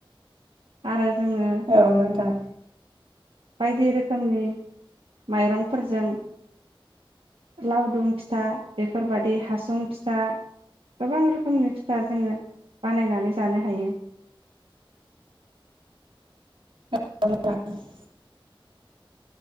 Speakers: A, on the right; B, on the right.
A: आरो जोङो
B: औ नोंथां
A: बायदि रोखोमनि माइरंफोरजों लावदुम फिथा बेफोरबादि हासुं फिथा गोबां रोखोमनि फिथा जोङो बानायनानै जानो हायो
B: औ औ